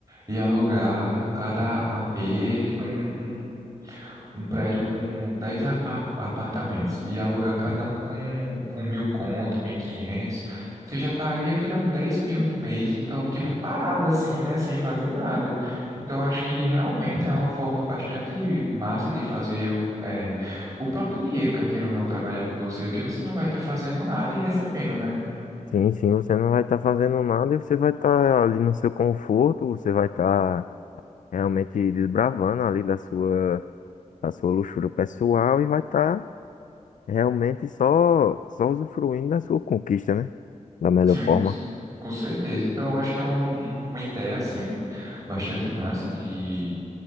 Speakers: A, on the right; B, on the left.
A: e alugar cada AP, tipo um, um um prédio com 10 apar- apartamentos e alugar cada um com por mil conto, mil e quinhentos você já estaria tirando 10 mil no mês, então, tipo, parado assim, né, sem fazer nada. Então, acho que realmente é uma forma bastante massa de fazer o, é, o próprio dinheiro, quer queira ou não, trabalhar por você, porque você não vai estar fazendo nada e recebendo, né?
B: Sim, sim, você não vai estar fazendo nada e você vai estar ali no seu conforto, você vai estar realmente desbravando ali da sua, da sua luxúria pessoal e vai estar realmente só, só usufruindo da sua conquista, né? Da melhor
A: Sim,
B: forma.
A: com, com certeza. Então, eu acho que é uma, uma ideia, assim, bastante massa de